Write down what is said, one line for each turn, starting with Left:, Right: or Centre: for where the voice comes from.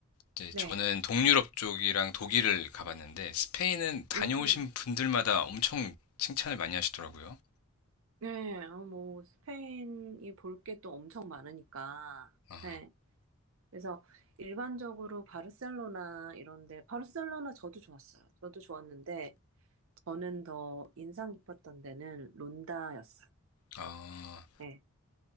Left: 이제
Right: 네.
Left: 저는 동유럽 쪽이랑 독일을 가봤는데 스페인은 다녀오신
Right: 음.
Left: 분들마다 엄청 칭찬을 많이 하시더라고요.
Right: 네. 어, 뭐 스페인이 볼 게 또 엄청 많으니까.
Left: 아,
Right: 네. 그래서 일반적으로 바르셀로나 이런데, 바르셀로나 저도 좋았어요. 저도 좋았는데, 저는 더 인상 깊었던 데는 론다였어요.
Left: 아,
Right: 네.